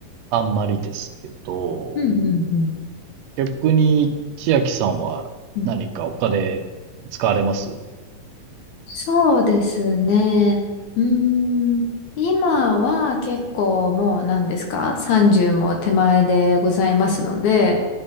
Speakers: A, on the right; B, on the left.
A: あんまりですけど、
B: うん、うん、うん。
A: 逆に千秋さんは何かお金使われます
B: うんそうですね。うーん。今は結構もう何ですか ?30 も手前でございますので、